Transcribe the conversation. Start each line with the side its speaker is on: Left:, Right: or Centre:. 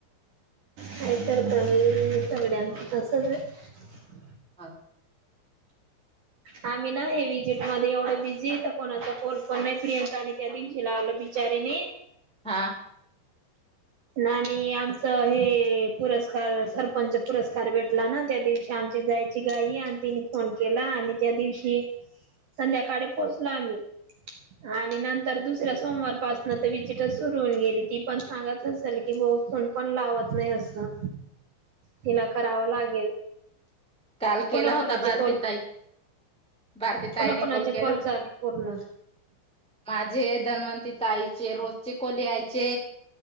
Right: काय करता बाई सगळ्यांचा असंच आहे.
Centre: <unintelligible>
Right: आम्ही ना हे विजिट मध्ये एवढं बिझीेत कोणाचा फल पण नाही प्रियंका आणि त्या दिशी लावलं बीजी बिचारीने
Centre: हा.
Right: आणि आमच हे पुरस्कार सरपंच पुरस्कार भेटला ना त्या दिवशी आ आमची जायची घाई आणि तिने फोन केला आणि त्या दिवशी संध्याकाळी पोहोचलो आम्ही. आणि नंतर दुसऱ्या सोमवारपासन तर विजिटच सुरु होऊन गेली ती पण सांगत असेल की फोन पण लावत नाही असं तिला करावं लागेल.
Centre: काल
Right: कोणाकोणाचे
Centre: केला होता भारतीताई
Right: कॉल
Centre: भारती ताईने
Right: कोणाकोणाचे
Centre: कॉल केला
Right: चाले पूर्ण
Centre: माझे धन्वती ताईचे रोजचे कॉल यायचे